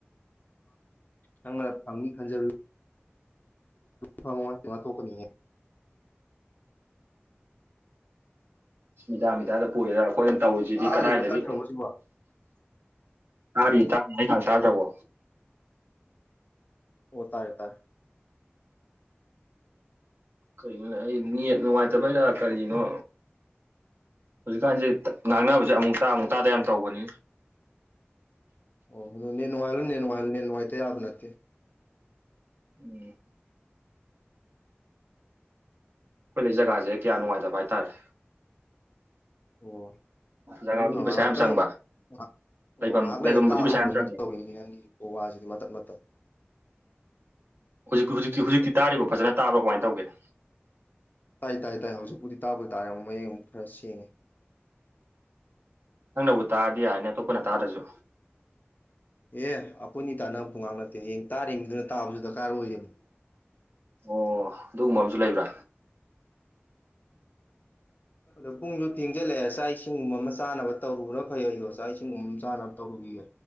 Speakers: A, on the left; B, on the right.
A: ꯅꯪꯅ ꯐꯪꯅꯤ ꯈꯟꯖꯔ ꯐꯪꯉꯣ ꯍꯥꯏꯅ ꯊꯣꯛꯀꯅꯤꯉꯦ
B: ꯃꯤꯗꯥꯡ ꯃꯤꯗꯥꯗ ꯄꯨꯔꯦꯗ ꯑꯩꯈꯣꯏꯅ ꯇꯧꯁꯤꯗꯤ
A: ꯇꯥꯔꯤꯕꯣ
B: ꯀꯗꯥꯏꯗꯒꯤ
A: ꯇꯠꯈ꯭ꯔꯕꯣ ꯁꯤꯕꯣ
B: ꯇꯥꯔꯤ ꯇꯥ ꯑꯩ ꯈ ꯁꯥꯥ ꯇꯕꯣ
A: ꯑꯣ ꯇꯥꯔꯦ ꯇꯥꯔꯦ
B: ꯀꯔꯤꯒꯤꯅꯣ ꯑꯩ ꯅꯦꯠ ꯅꯨꯡꯉꯥꯏꯇꯕꯩꯔꯥ ꯀꯔꯤꯅꯣ ꯍꯧꯖꯤꯛꯀꯥꯟꯁꯦ ꯉꯥꯡꯅꯕꯁꯦ ꯑꯃꯨꯛ ꯇꯥ ꯑꯃꯨꯛ ꯇꯥꯗ ꯌꯥꯝ ꯇꯧꯕꯅꯤ
A: ꯑꯣ ꯑꯗꯨꯣ ꯅ ꯅꯨꯡꯉꯥꯏꯜꯂꯨ ꯅ ꯉꯜꯂꯨ ꯅꯦ ꯅꯨꯡꯉꯥꯏꯇ ꯌꯥꯕ ꯅꯠꯇꯦ
B: ꯎꯝ ꯑꯩꯈꯣꯏ ꯂꯩ ꯖꯒꯥꯁꯦ ꯀꯌꯥ ꯅꯨꯡꯉꯥꯏꯇꯕ ꯍꯥꯏꯕꯇꯥꯔꯦ
A: ꯑꯣ
B: ꯖꯒꯥꯕꯨꯗꯤ
A: ꯑꯗꯨꯅ ꯉꯥꯏꯍꯥꯛꯇꯪ
B: ꯄꯩꯁꯥ ꯌꯥꯝ ꯆꯪꯕ
A: ꯉ ꯑꯣ
B: ꯂꯩꯐꯝ
A: ꯉꯥꯏꯍꯥꯛ ꯂꯩꯔ
B: ꯂꯩꯐꯝꯕꯨꯗꯤ
A: ꯇꯥꯕ꯭ꯔꯥꯒꯨꯝꯕ
B: ꯄꯩꯁꯥ ꯌꯥꯝ ꯆꯪꯕ
A: ꯇꯧꯋꯅꯤ ꯅꯪꯒꯤ ꯎ ꯋꯥꯁꯤꯗꯤ ꯃꯇꯠ ꯃꯇꯠ
B: ꯍꯧꯖꯤꯛꯤ ꯍꯧꯖꯤꯛꯇꯤꯖꯤꯛꯇꯤ ꯇꯥꯔꯤꯕ ꯐꯖꯅ ꯇꯥ꯭ꯔꯥ ꯀꯃꯥꯏꯅ ꯇꯧꯒꯦ
A: ꯇꯥꯏ ꯇꯥꯏ ꯇꯥꯏ ꯍꯧꯖꯤꯛꯄꯨꯗꯤ ꯇꯥꯕ ꯇꯔꯦ ꯑꯃ ꯃꯌꯦꯛ ꯑꯃꯨꯛ ꯈꯔ ꯁꯦꯡꯉꯦ
B: ꯅꯪꯅꯕꯨ ꯇꯥꯔꯗꯤ ꯌꯥꯏꯅ ꯑꯇꯣꯞꯄꯅ ꯇꯥꯗ꯭ꯔꯁꯨ
A: ꯑꯦ ꯑꯩꯈꯣꯏꯅꯤ ꯇꯥꯟꯅꯕꯗꯨ ꯉꯥꯛ ꯅꯠꯇꯦ ꯍꯌꯦꯡ ꯇꯥꯔꯤꯕꯃꯤꯅꯤꯗꯨꯅ ꯇꯥꯕꯁꯨ ꯗꯔꯀꯥꯔ ꯑꯣꯏꯔꯤꯕꯅꯤ
B: ꯑꯣ ꯑꯗꯨꯒꯨꯝꯕ ꯑꯃꯁꯨ ꯂꯩꯕ꯭ꯔꯥ <inaudible>
A: ꯑꯗꯣ ꯄꯨꯡꯁꯨ ꯊꯦꯡꯖꯤꯜꯂꯛꯑꯦ ꯆꯥꯛ ꯏꯁꯤꯡꯒꯨꯝꯕ ꯑꯃ ꯆꯥꯅꯕ ꯇꯧꯔꯨꯕ꯭ꯔꯥ ꯐꯩ ꯑꯩꯗꯣ ꯆꯥꯛ ꯏꯁꯤꯡꯒꯨꯝꯕ ꯑꯃ ꯆꯥꯅꯕ ꯇꯧꯔꯨꯈꯤꯒꯦ